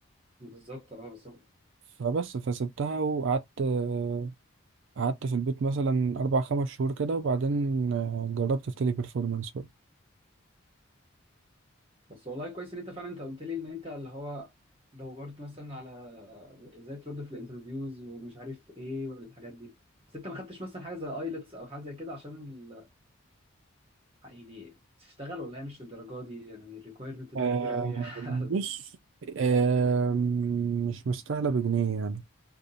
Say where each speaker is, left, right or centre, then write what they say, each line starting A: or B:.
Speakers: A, on the right; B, on the right.
A: بالظبط اه بالظبط
B: فبس فسبتها وقعدت آه، قعدت في البيت مثلا اربع خمس شهور كده وبعدين آه، جربت في تيلي بيرفورمانس بقى
A: بس والله كويس ان انت فعلا انت قلت لي ان انت اللي هو دورت مثلا على ازاي ترد في الانترفيوز ومش عارف ايه والحاجات دي بس انت ما خدتش مثلا حاجه زي ايلتس او حاجه زي كده عشان ال... يعني تشتغل ولا هي مش للدرجه دي يعني الريكويرمنت ده
B: آه،
A: كبير قوي <laughs>
B: بص آه، مش مستاهله بجنيه يعني